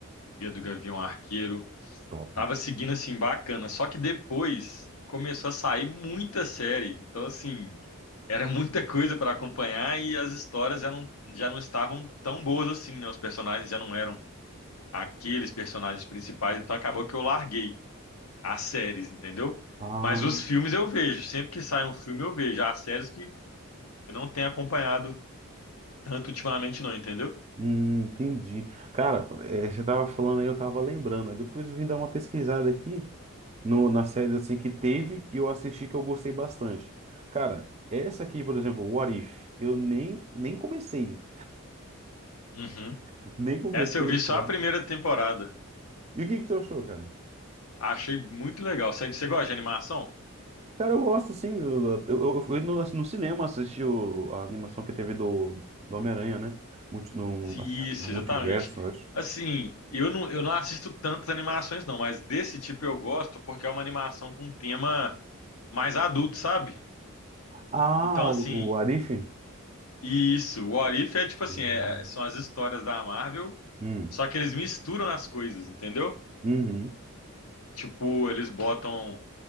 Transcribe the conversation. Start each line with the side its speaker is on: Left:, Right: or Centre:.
Left: vi a do Gavião Arqueiro,
Right: Top.
Left: tava seguindo assim bacana, só que depois começou a sair muita série, então assim, era muita coisa para acompanhar e as histórias já não já não estavam tão boas assim, né, os personagens já não eram aqueles personagens principais, então acabou que eu larguei. As séries, entendeu?
Right: Ah,
Left: Mas os filmes eu vejo. Sempre que sai um filme eu vejo. As séries que eu não tenho acompanhado tanto ultimamente, não, entendeu?
Right: hum, entendi. Cara, é, você tava falando aí, eu tava lembrando. Depois eu vim dar uma pesquisada aqui no, na série assim que teve, que eu assisti, que eu gostei bastante. Cara, essa aqui, por exemplo, What If, eu nem, nem comecei.
Left: Uhum.
Right: <laughs> Nem comecei,
Left: Essa eu vi só
Right: mano.
Left: a primeira temporada.
Right: E o que que tu achou, cara?
Left: Achei muito legal. Você, você gosta de animação?
Right: Cara, eu gosto sim. Eu, eu, eu fui no, no cinema assistir o- a animação que teve do, do Homem-Aranha, né? Multi- no,
Left: Sim,
Right: acho
Left: Isso,
Right: que é no multiverso,
Left: exatamente.
Right: eu acho.
Left: Assim, eu não, eu não assisto tantas animações, não, mas desse tipo eu gosto porque é uma animação com um tema mais adulto, sabe?
Right: Ah,
Left: Então, assim,
Right: o, o Arif?
Left: isso. O What If é tipo assim:
Right: Uhum.
Left: é- são as histórias da Marvel,
Right: Hum,
Left: só que eles misturam as coisas, entendeu?
Right: uhum.
Left: Tipo, eles botam